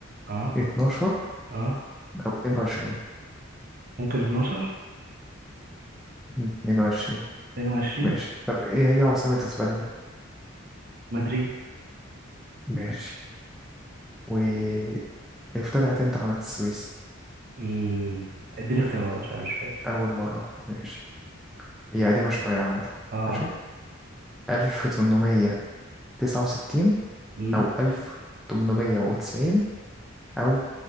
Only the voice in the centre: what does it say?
اتناشر
او اتنين وعشرين
اتنين وعشرين
ماشي طب ايه هي عاصمة اسبانيا
ماشي وافتتحت امتى قناة السويس
اول مرة ماشي هي قديمة شوية عامة
ماشي الف تمنمية تسعة وستين
او الف تمنمية وتسعين او